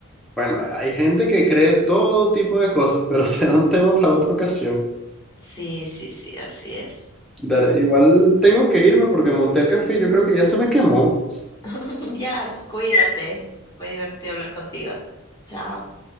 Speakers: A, in the centre; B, on the left.
A: Bueno, hay gente que cree todo tipo de cosas, pero <laughs> será un tema para otra ocasión.
B: Sí, sí, sí, así es.
A: Dale, igual tengo que irme porque monté el café, yo creo que ya se me quemó.
B: <laughs> Ya, cuídate. Fue divertido hablar contigo. Chao.